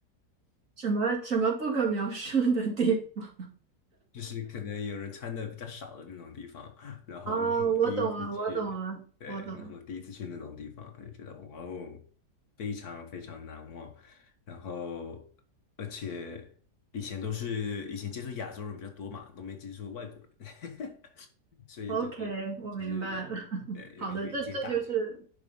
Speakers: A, on the right (about 50°); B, on the left (about 65°).
A: 什么什么不可描述的地方
B: 就是可能有人穿的比较少的那种地方，然后那是我第一次去，
A: 哦，我懂了，我懂了，
B: 对，
A: 我懂了
B: 那是我第一次去那种地方，就觉得哇哦，非常非常难忘。然后，而且以前都是以前接触亚洲人比较多嘛，都没接触外国人，<laughs> 所以就是就是呃有点眼界大开。
A: ，OK，我明白了。<laughs> 好的，这这就是